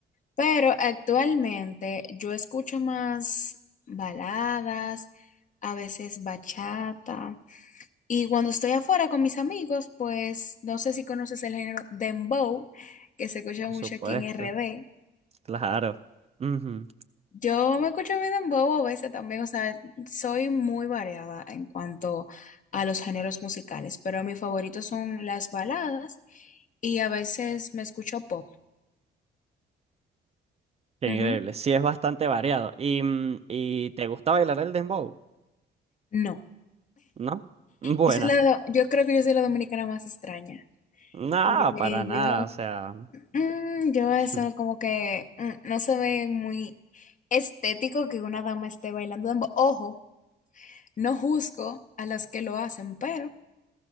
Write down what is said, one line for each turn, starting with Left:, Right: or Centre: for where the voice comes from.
Left: Pero actualmente yo escucho más baladas, a veces bachata. Y cuando estoy afuera con mis amigos, pues no sé si conoces el género dembow, que se escucha
Right: Por
Left: mucho
Right: supuesto,
Left: aquí en RD.
Right: claro. Ujú.
Left: Yo me escucho mi dembow a veces también, o sea, soy muy variada en cuanto a los géneros musicales, pero mis favoritos son las baladas y a veces me escucho pop.
Right: Qué
Left: Ujú.
Right: increíble. Sí, es bastante variado. ¿Y, mm, y te gusta bailar el dembow?
Left: No,
Right: ¿No? <laughs> Bueno,
Left: yo soy la, yo creo que yo soy la dominicana más extraña,
Right: nada,
Left: porque
Right: para nada.
Left: yo
Right: O sea,
Left: Mm, yo eso
Right: <laughs>
Left: como que mm, no se ve muy estético que una dama esté bailando dembow. Ojo, no juzgo a las que lo hacen, pero